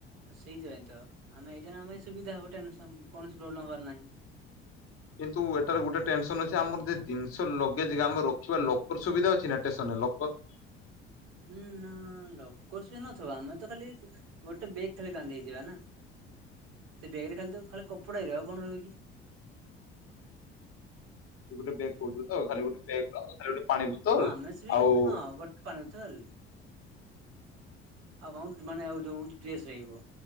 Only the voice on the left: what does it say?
କିନ୍ତୁ ଏଟାରେ ଗୋଟେ ଟେନସନ ଅଛି ଆମର ଜିନିଷ ଲଗେଜ ଆମେ ରଖିବା ଲକର ସୁବିଧା ଅଛି ନା ଷ୍ଟେସନରେ ଲକର?
ଗୋଟେ ବେଗ୍ କହୁଛୁ ତ ଖାଲି ଗୋଟେ ବେଗ ର ଖାଲି ଗୋଟେ ପାଣି ବୋତଲ
ଆଉ